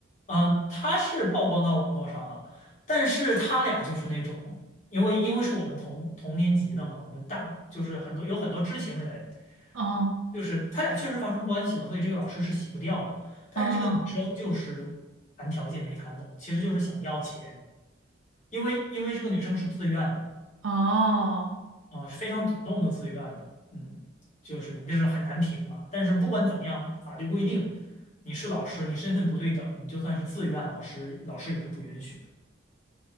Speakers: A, on the left (about 40°); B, on the right (about 75°).
A: 嗯，他是曝光到网络上了，但是他俩就是那种，因为因为是我们同同年级的嘛，我们大就是很多有很多知情人，
B: 哦
A: 就是他俩确实发生关系了，所以这个老师是洗不掉的。但是这个女生就是谈条件没谈拢，
B: 哦
A: 其实就是想要钱，因为因为这个女生是自愿的
B: 哦，
A: 啊，是非常主动的自愿的，嗯，就是你这是很难评嘛。但是不管怎么样，法律规定你是老师，你身份不对等，你就算是自愿，老师老师也是不允许。的。